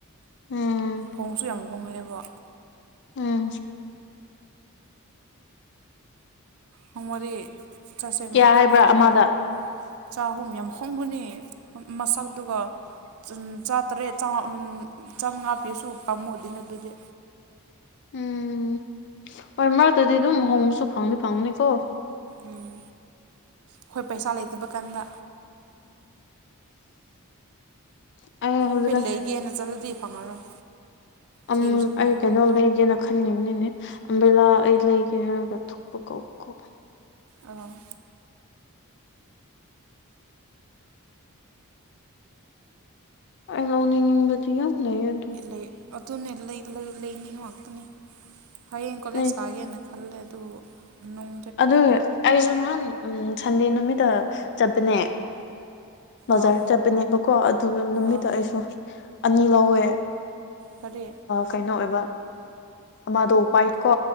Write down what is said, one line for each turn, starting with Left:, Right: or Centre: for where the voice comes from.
Left: ꯎꯝ
Right: ꯍꯣꯡꯁꯨ ꯌꯥꯝ ꯍꯣꯡꯉꯛꯑꯦꯕ
Left: ꯎꯝ
Right: ꯅꯪ ꯋꯥꯔꯤ ꯆꯠꯁ‌ꯦꯃ
Left: ꯀꯌꯥ ꯍꯥꯏꯕ꯭ꯔꯥ
Right: ꯕꯖꯥꯔꯗ꯫
Left: ꯑꯃꯗ
Right: ꯆꯥꯛꯍꯨꯝ ꯌꯥꯝ ꯍꯣꯡꯕꯅ‌ꯦ ꯃꯁꯛꯗꯨꯒ꯫ ꯆꯨꯝ ꯆꯥꯇꯔꯦꯠ ꯆꯥꯝꯃꯉꯥ ꯄꯤꯁꯨ ꯄꯥꯝꯃꯨꯗꯦ ꯑꯗꯨꯗꯤ꯫
Left: ꯎꯝ ꯍꯣꯏ ꯃꯔꯛꯇꯗꯤ ꯑꯗꯨꯝ ꯍꯣꯡꯕꯁꯨ ꯐꯪꯗꯤ ꯐꯪꯕꯅꯤꯀꯣ꯫
Right: ꯎꯝ ꯑꯈꯣꯏ ꯄꯩꯁꯥ ꯂꯩꯇꯕ ꯀꯥꯟꯗ꯫
Left: ꯎꯝ꯫ ꯑꯩ ꯍꯧꯖꯤꯛꯀꯥꯟ
Right: ꯑꯈꯣꯏ ꯂꯩꯒꯦꯅ ꯆꯠꯂꯗꯤ ꯐꯪꯉꯔꯣꯏ꯫
Left: ꯑꯝ
Right: ꯊꯤꯔꯁꯨ ꯐꯪꯉꯔꯣꯏ
Left: ꯑꯩ ꯀꯩꯅꯣ ꯂꯩꯒ‌ꯦꯅ꯫ ꯈꯟꯒꯤꯝꯅꯤꯅꯦ ꯑꯝꯕꯦꯂꯥ ꯑꯩ ꯂꯩꯒꯦ ꯍꯥꯏꯔꯒ ꯊꯣꯛꯄ ꯀꯧꯕꯀꯣ꯫
Right: ꯑꫭ꯫
Left: ꯑꯩ ꯂꯧꯅꯤꯡꯕꯩ꯫ ꯂꯩꯌ‌ꯦ꯫
Right: ꯂꯩ ꯑꯗꯨꯅꯦ ꯂꯩꯅꯤ ꯉꯥꯛꯇꯅꯦ ꯍꯌꯦꯡ ꯀꯣꯂꯦꯖ
Left: ꯂꯩ
Right: ꯀꯥꯒꯦꯅ꯫ ꯈꯜꯂꫭ ꯑꯗꯨꯒ ꯅꯪ꯫
Left: ꯑꯗꯨ ꯑꯩꯁꯨ ꯅꯍꯥꯟ ꯁꯟꯗꯦ ꯅꯨꯃꯤꯠꯇ ꯆꯠꯄꯅꯦ꯫ ꯕꯖꯥꯔ
Right: ꯑꯥ
Left: ꯆꯠꯄꯅꯦꯕꯀꯣ ꯑꯗꯨ ꯅꯨꯃꯤꯠꯇ
Right: ꯑꯥ
Left: ꯑꯩꯁꯨ ꯑꯅꯤ ꯂꯧꯋꯦ꯫
Right: ꯀꯥꯔꯤ꯫
Left: ꯀꯩꯅꯣ ꯑꯣꯏꯕ ꯑꯃꯥꯗꯣ ꯋꯥꯏꯠ ꯀꯣ꯫